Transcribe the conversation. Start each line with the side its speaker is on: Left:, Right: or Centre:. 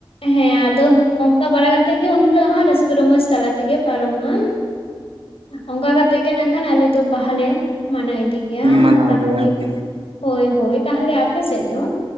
Left: ᱦᱮᱸ ᱟᱫᱚ ᱚᱱᱠᱟ ᱵᱟᱲᱟ ᱠᱟᱛᱮᱜ ᱜᱮ ᱩᱱ ᱦᱤᱞᱚᱜ ᱦᱚᱸ ᱨᱟᱹᱥᱠᱟᱹ ᱨᱚᱢᱚᱡ ᱛᱟᱞᱟ ᱛᱮᱜᱮ ᱯᱟᱨᱚᱢᱚᱜᱼᱟ᱾ ᱚᱱᱠᱟ ᱠᱟᱛᱮ ᱜᱮ ᱱᱟᱜ ᱠᱷᱟᱱ ᱟᱞᱮ ᱫᱚ ᱵᱟᱦᱟᱞᱮ ᱢᱟᱱᱟᱣ ᱤᱫᱤ ᱜᱮᱭᱟ
Right: ᱢᱟᱱᱟᱣ
Left: ᱛᱟᱦᱚᱞᱮ
Right: ᱜᱮᱭᱟ ᱟᱨᱠᱤ
Left: ᱦᱳᱭ ᱦᱳᱭ ᱛᱟᱦᱚᱞᱮ ᱟᱯᱮ ᱥᱮᱫ ᱫᱚᱼᱼ